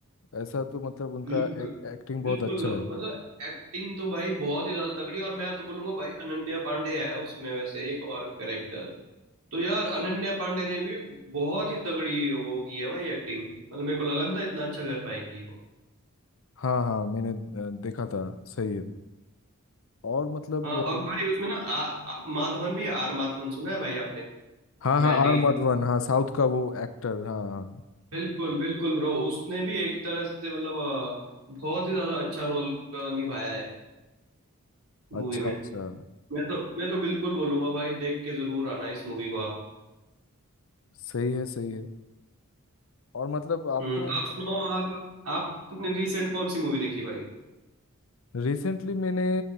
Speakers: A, on the left (about 65°); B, on the right (about 85°).
A: ऐसा तो मतलब उनका
B: बिल्कुल
A: एक, एक्टिंग
B: बिल्कुल
A: बहुत अच्छा है
B: मतलब एक्टिंग तो भाई बहुत ही ज्यादा तगड़ी और मैं तो बोलूंगा भाई अनन्या पांडे है उसमें वैसे एक और कैरेक्टर तो यार अनन्या पांडे ने भी बहुत ही तगड़ी वो की है भाई एक्टिंग मतलब मेरे को लगा नहीं था इतना अच्छा कर पाएगी वो
A: हाँ हाँ मैंने अ, देखा था सही है और मतलब
B: हाँ
A: अ,
B: और भाई उसमें ना आ, आ- माधवन भी है, आर माधवन सुना है भाई आपने
A: हाँ हाँ
B: मैडी
A: आर माधवन हाँ साउथ का वो एक्टर हाँ हाँ
B: बिल्कुल बिल्कुल ब्रो उसने भी एक तरह से मतलब अ, बहुत ही ज्यादा अच्छा रोल निभाया है मूवी
A: अच्छा
B: में
A: अच्छा
B: मैं तो मैं तो बिल्कुल बोलूंगा भाई देख के जरूर आना इस मूवी को आप
A: सही है सही है और मतलब आपको
B: हम्म आप
A: मतलब
B: सुनाओ आप आपने रिसेंट कौन सी मूवी देखी भाई
A: रिसेंटली मैंने